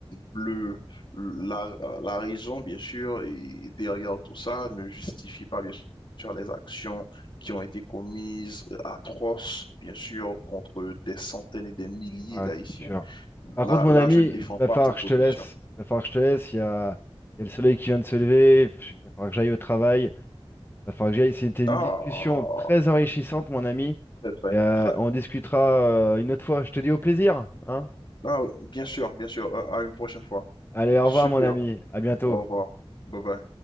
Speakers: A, on the left; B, on the left.
A: le, la, la raison, bien sûr, et derrière tout ça ne justifie pas, bien sûr, les actions qui ont été commises euh, atroces, bien sûr, contre des centaines et des milliers
B: Ouais,
A: d'Haïtiens.
B: c'est sûr. Par
A: Là,
B: contre, mon
A: là,
B: ami,
A: je ne défends
B: va
A: pas
B: falloir
A: cette
B: que
A: position.
B: je te laisse. Va falloir que je te laisse. Il y a, il y a le soleil qui vient de se lever. Il va falloir que j'aille au travail. Va falloir que j'aille. C'était une
A: Ah,
B: discussion très enrichissante, mon ami.
A: très, très,
B: Et, euh,
A: très.
B: on discutera euh, une autre fois. Je te dis au plaisir, hein?
A: Ah, bien sûr, bien sûr. Euh, à une prochaine fois.
B: Allez, au
A: Super.
B: revoir, mon ami. À bientôt.
A: Au revoir. Bye bye.